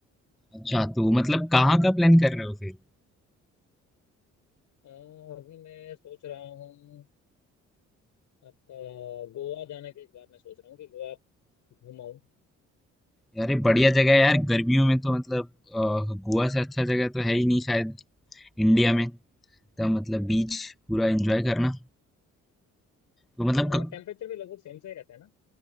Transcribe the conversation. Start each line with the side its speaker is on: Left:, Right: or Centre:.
Centre: अच्छा तो मतलब कहाँ का प्लान कर रहे हो फिर
Left: अ, अभी मैं सोच रहा हूँ आपका गोवा जाने के इस बार मैं सोच रहा हूँ कि गोवा घूमाऊँ
Centre: यार ये बढ़िया जगह है यार गर्मियों में तो मतलब अ, गोवा से अच्छा जगह तो है ही नहीं शायद इंडिया में तो मतलब बीच पूरा एंजॉय करना तो मतलब
Left: हाँ और
Centre: क...
Left: टेम्परेचर भी लगभग सेम सा ही रहता है ना